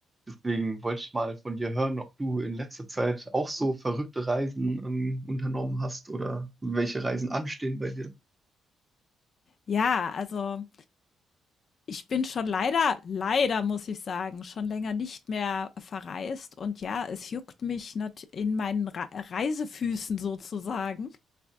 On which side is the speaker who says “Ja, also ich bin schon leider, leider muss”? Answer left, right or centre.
Left